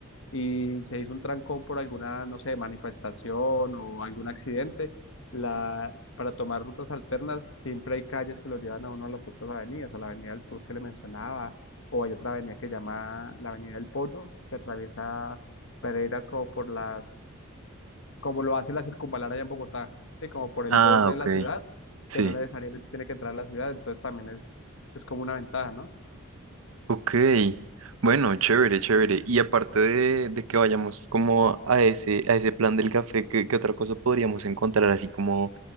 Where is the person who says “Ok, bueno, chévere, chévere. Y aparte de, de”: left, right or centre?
Right